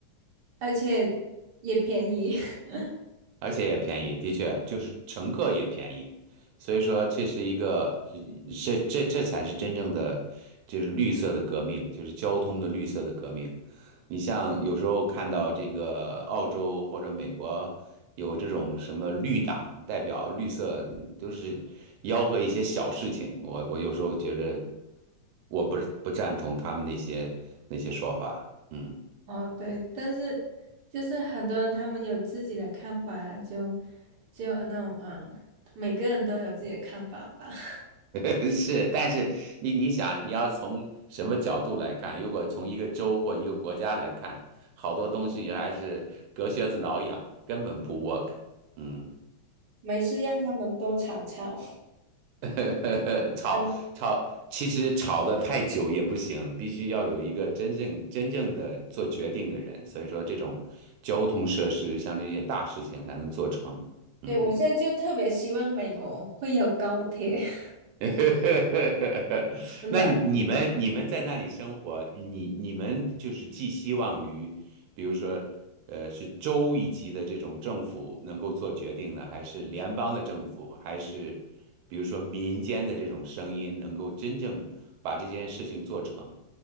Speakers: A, on the right; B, on the right.
A: 而且也便宜。<laughs>
B: 而且也便宜，的确就是乘客也便宜，所以说这是一个，这这这才是真正的，就是绿色的革命，就是交通的绿色的革命。你像有时候看到这个澳洲或者美国有这种什么绿党代表，绿色都是吆喝一些小事情，我我有时候觉着我不不赞同他们那些那些说法，嗯。
A: 哦，对，但是就是很多人他们有自己的看法啊，就就那种嗯、呃每个人都有自己的看法吧，<laughs>
B: <laughs> 是，但是你你想，你要从什么角度来看？如果从一个州或一个国家来看，好多东西还是隔靴子挠痒，根本不 work。嗯，
A: 没事让他们多吵吵。
B: <laughs> 吵吵，
A: <laughs>
B: 其实吵得太久也不行，必须要有一个真正真正的做决定的人。所以说，这种交通设施像这些大事情才能做成。
A: 对，
B: 嗯。
A: 我现在就特别希望美国会有高铁，<laughs>
B: <laughs>
A: 真的，
B: 那你你们你们在那里生活，你你们就是寄希望于，比如说，呃，是州一级的这种政府能够做决定呢，还是联邦的政府，还是比如说民间的这种声音能够真正把这件事情做成？